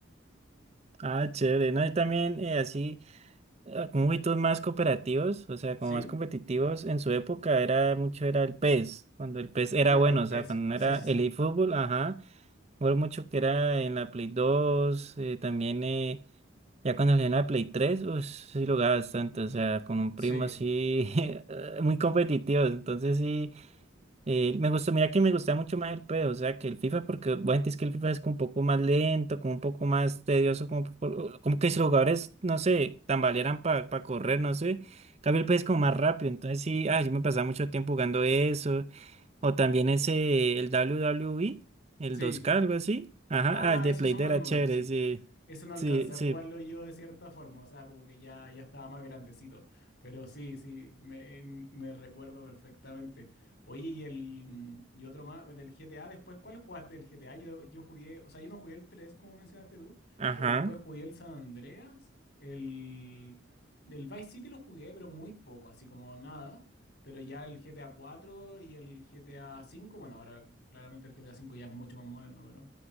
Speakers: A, on the right (about 35°); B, on the left (about 55°).
A: ah, chévere, no, yo también eh, así, eh, con jueguitos más cooperativos, o sea,
B: ¿Sí?
A: como más competitivos, en su época era mucho, era el PES, cuando el PES era
B: Claro,
A: bueno,
B: el
A: o
B: peso,
A: sea, cuando no
B: sí,
A: era
B: sí,
A: el
B: sí,
A: eFootball, ajá, fue mucho que era en la Play dos eh, también... eh, Ya cuando salió en la Play 3, pues sí lo jugaba bastante, o sea, con un
B: sí,
A: primo así, <laughs> eh, muy competitivo, entonces sí, eh, me gustó, mira que me gustaba mucho más el PES, o sea, que el FIFA, porque bueno, es que el FIFA es como un poco más lento, como un poco más tedioso, como, po- como que si los jugadores, no sé, tambalearan para correr, no sé, en cambio el PES es como más rápido, entonces sí, ah, yo me pasaba mucho tiempo jugando eso, o también ese, el W W WWE, el
B: sí.
A: dos k algo así, ajá,
B: Ah,
A: ah, el de
B: esos
A: Play
B: son
A: de
B: más
A: era
B: nuevos,
A: chévere,
B: sí.
A: sí,
B: Ese no alcancé
A: sí, sí,
B: a jugarlo yo de cierta forma, o sea, como que ya, ya estaba más grandecito. Pero sí, sí, me, eh, me recuerdo perfectamente. Oye, y el mm, y otro más, el del GTA, después, ¿cuál jugaste del GTA? Yo, yo jugué, o sea, yo no jugué el 3 como mencionaste tú,
A: ajá.
B: pero después jugué el San Andreas, el, el Vice City lo jugué, pero muy poco, así como nada. Pero ya el GTA cuatro y el GTA cinco. bueno, ahora claramente el GTA cinco ya es mucho más moderno, pero.